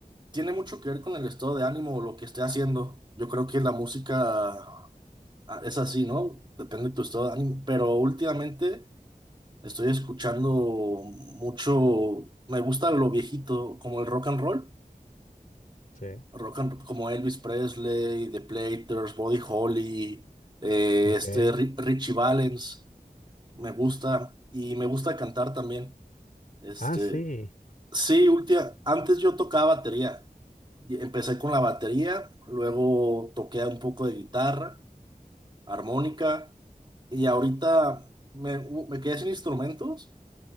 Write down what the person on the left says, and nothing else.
Sí.
Ok.
Mm.
Ah, sí.